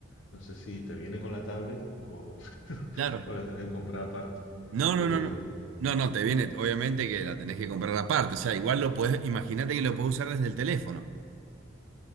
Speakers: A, on the left; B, on the right.
A: no sé si te viene con la tablet o, <laughs>
B: Claro.
A: o la tenés que comprar aparte.
B: No,
A: Eh,
B: no, no, no. No, no, te viene, obviamente que la tenés que comprar aparte. O sea, igual lo podés, imagínate que lo podés usar desde el teléfono.